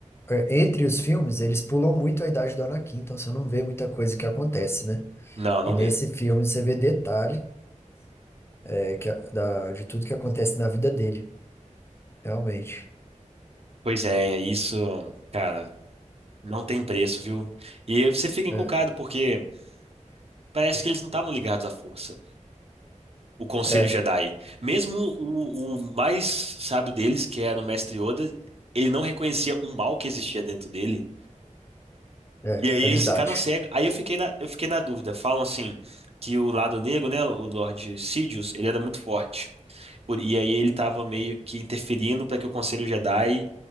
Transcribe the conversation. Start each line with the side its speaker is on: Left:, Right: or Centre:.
Left: é, entre os filmes, eles pulam muito a idade do Anakin, então você não vê muita coisa que acontece, né?
Right: Não, não
Left: E nesse
Right: vê.
Left: filme você vê detalhes é, que, a- da, de tudo que acontece na vida dele, realmente.
Right: Pois é, isso, cara. Não tem preço, viu? E você fica encucado
Left: É,
Right: porque parece que eles não estavam ligados à força, o Conselho
Left: é,
Right: Jedi. Mesmo o, o mais sábio deles, que era o Mestre Yoda, ele não reconhecia o mal que existia dentro dele.
Left: é,
Right: E aí
Left: é
Right: eles
Left: verdade.
Right: ficaram cegos. Aí eu fiquei na, eu fiquei na dúvida. Falam assim que o lado negro, né, o Lord Sidious, ele era muito forte. Por- E aí ele estava meio que interferindo para que o Conselho Jedi